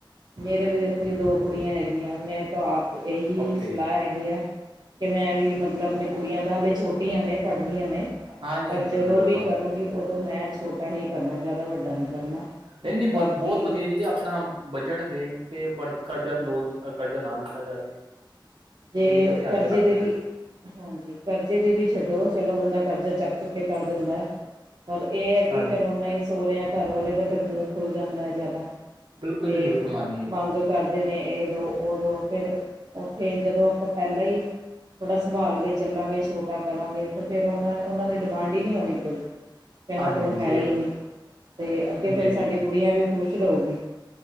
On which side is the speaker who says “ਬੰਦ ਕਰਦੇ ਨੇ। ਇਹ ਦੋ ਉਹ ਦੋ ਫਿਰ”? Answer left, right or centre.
Right